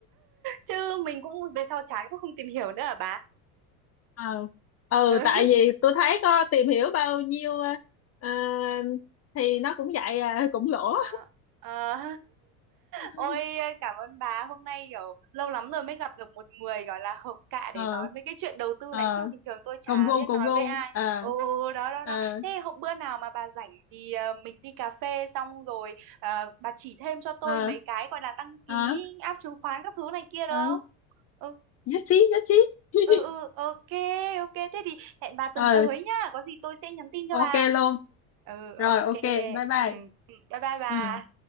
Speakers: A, on the right; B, on the left.
A: chứ mình cũng về sau chán cũng không tìm hiểu nữa hả bà
B: ờ ừ
A: ừ.
B: tại vì
A: <laughs>
B: tôi thấy có tìm hiểu bao nhiêu ờ, ờ, thì nó cũng vậy à, cũng lỗ
A: Ờ, ờ.
B: <laughs>
A: Ôi cảm ơn bà, hôm nay kiểu lâu lắm rồi mới gặp được một người gọi là hợp cạ để
B: ờ
A: nói mấy cái chuyện đầu tư
B: ờ
A: này chứ bình thường tôi chả
B: cùng gu
A: biết nói
B: cùng gu
A: với ai.
B: ờ
A: Ồ ồ, đó đó
B: ờ
A: đó. Thế hôm bữa nào mà bà rảnh thì ờ, mình đi cà phê xong rồi ờ, bà chỉ thêm cho tôi
B: ờ
A: mấy cái gọi là đăng ký
B: ờ
A: app chứng khoán các thứ này kia được
B: ờ
A: không? Ừ
B: nhất trí nhất trí <laughs>
A: ừ ừ ok ok thế thì hẹn bà tuần
B: ờ
A: tới nhá, có gì tôi sẽ nhắn tin cho
B: ok
A: bà.
B: luôn
A: Ừ ok.
B: rồi ok bye bye
A: Ừ, ừ, bye bye bà.
B: ừ